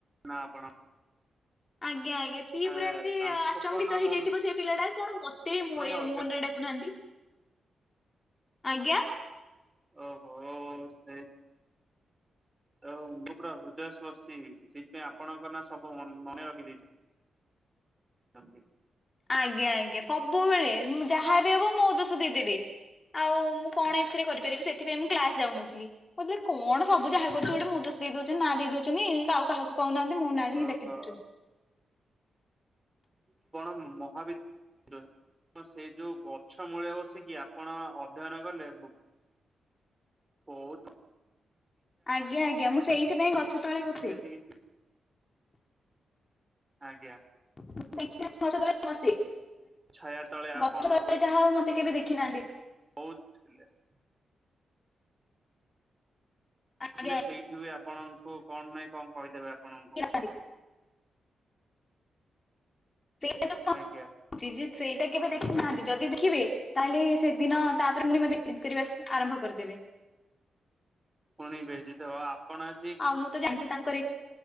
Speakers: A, on the right; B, on the left.
A: ନା ଆପଣ
B: ଆଜ୍ଞା ଆଜ୍ଞା ସିଏ
A: ଆରେ
B: ପୁରା ଏମିତି
A: ଆରେ ତାଙ୍କୁ
B: ଆଚମ୍ବିତ
A: କଣ ନା
B: ହେଇଯାଇଥିବ
A: ମନ
B: ସେଇ ପିଲାଟା କଣ ମ ତେ
A: ନାଇଁ
B: ଇଏ
A: ଅଲଗା
B: ମୋ ନାଁ ଡାକୁନାହାନ୍ତି ଆଜ୍ଞା।
A: ଓହୋ ସେ ଆଉ ମୁଁ ପୁରା ହୃଦୟସ୍ପର୍ଶୀ ହେଇଛି ସେଥିପାଇଁ ଆପଣଙ୍କ ନା ସବୁ ମନେ ରଖିଦେଇଛ ଛନ୍ତି।
B: ଆଜ୍ଞା ଆଜ୍ଞା ସବୁବେଳେ ଯାହାବି ହବ ମୋ ଦୋଷ ଦେଇଦେବେ। ଆଉ ମୁଁ କଣ ଏଥିରେ କରିପାରିବି ସେଥି ପାଇଁ ମୁଁ କ୍ଲାସ୍ ଯାଉନଥିଲି। ବୁଝିଲେ କଣ ସବୁ ଯାହା କରୁଛି ଗୋଟେ ମୋ ଦୋଷ ଦେଇ ଦଉଛି ନାଁ ଦେଇ ଦଉଛନ୍ତି ଆଉ କାହାକୁ କହୁ ନାହାନ୍ତି ମୋ ନାଁ ହିଁ
A: ଓହୋ
B: ଡାକି ଦଉଛନ୍ତି।
A: ଆପଣ ମହାବି କିନ୍ତୁ ସେଇ ଯେଉଁ ଗଛ ମୂଳେ ବସିକି ଆପଣ ଅଧ୍ୟୟନ କଲେ ବହୁତ୍
B: ଆଜ୍ଞା ଆଜ୍ଞା ମୁଁ ସେଇଥି ପାଇଁ ଗଛ ତଳେ ବସି
A: ସେମତି କିଛି ଆଜ୍ଞା।
B: <unintelligible> ଗଛ ତଳେ ବସି
A: ଛାୟା ତଳେ ଆପଣ
B: ଗଛ ତଳେ ଯାହା ହଉ ମତେ କେବେ ଦେଖିନାହାନ୍ତି।
A: ବହୁ <unintelligible>
B: ଆଜ୍ଞା।
A: ଦେଖିଲେ ସେଇଠି ବି ଆପଣଙ୍କୁ କଣ ନାଇଁ କଣ କହିଦେବେ ଆପଣଙ୍କୁ।
B: <unintelligible> ସେଇଟା ତ ଗପୁଛି
A: ଆଜ୍ଞା।
B: ଜେ ସେ ସେ କେବେ ଦେଖୁନାହାନ୍ତି ଯଦି ଦେଖିବେ ତା ହେଲେ ସେଦିନ ତାପରେ ପୁଣି ମତେ <unintelligible> କରିବା ଆରମ୍ଭ କରିଦେବେ।
A: ପୁଣିି ବେଇଯିତ୍ ହବ ଆପଣ ଆଜି
B: ହଁ ମୁଁ ତ ଜାଣିଛି ତାଙ୍କରି